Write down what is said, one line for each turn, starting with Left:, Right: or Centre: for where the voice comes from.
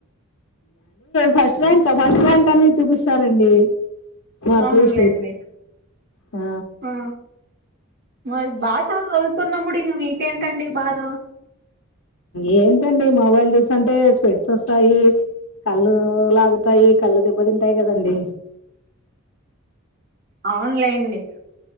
Left: ఫస్ట్ ర్యాంక్ ఫస్ట్ ర్యాంక్ అని చూపిస్తారండి మార్క్
Right: అవునులేండి
Left: లిస్ట్ అయితే ఆ
Right: ఆ మ బాచ చదువుతున్నప్పుడు ఇంగ మీకేంటండి బాధ
Left: ఏంటండి మొబైల్ చూసంటే స్పెడ్స్ వస్తాయి కళ్ళు లాగుతాయి కళ్ళు దెబ్బతింటాయి గదండి
Right: అవునులేండి